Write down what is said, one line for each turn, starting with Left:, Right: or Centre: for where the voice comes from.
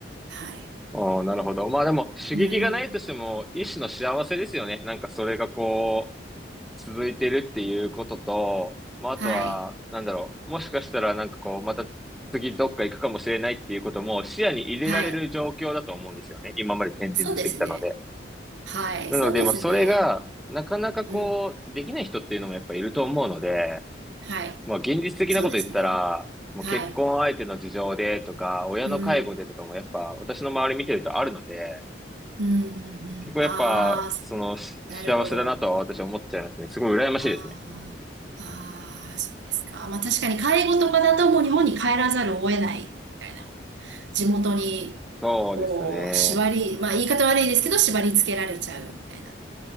Right: はい。
Centre: おー、なるほど。まあでも、刺激がないとしても、
Right: うーん。
Centre: 一種の幸せですよね。なんかそれがこう、続いてるっていうことと、まああとは、
Right: はい。
Centre: なんだろう、もしかしたらなんかこう、また次どっか行くかもしれないっていうことも視野に入れられる状況だと思うんですよね。
Right: はい。
Centre: 今まで転々としてきたので。
Right: そうですね。はい。
Centre: なので、
Right: そうですね。
Centre: まあそれが、なかなかこう、
Right: うん。
Centre: できない人っていうのもやっぱいると思うので、
Right: はい。
Centre: まあ現実的なこと言ったら、
Right: そうですね。
Centre: もう結婚相手の事情でとか、
Right: はい。
Centre: 親の介護でとかもやっぱ私の周り見てるとあるので、
Right: うん。うんうんうん。
Centre: 結構やっぱ、
Right: ああ、
Centre: その、し幸せだなとは私は思っちゃいますね。
Right: なるほど。
Centre: すごい羨ましいですね。
Right: ああ、ああ、そうですか。まあ確かに介護とかだともう日本に帰らざるを得ないみたいな。地元に、
Centre: そうですね。
Right: こう、縛り、まあ言い方悪いですけど、縛り付けられちゃうみたいな。